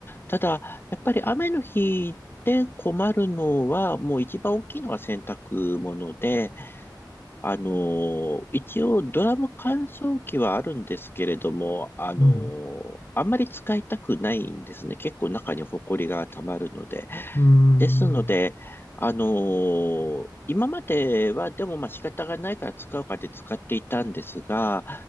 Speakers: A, on the left; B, on the left.
A: ただ、やっぱり雨の日で困るのは、もう一番大きいのは洗濯物で、あのー、一応ドラム乾燥機はあるんですけれども、あのー、
B: うん。
A: あんまり使いたくないんですね。結構中にホコリが溜まるので。
B: うーん。
A: ですので、あのー、今まではでもまあ仕方がないから使うかで使っていたんですが、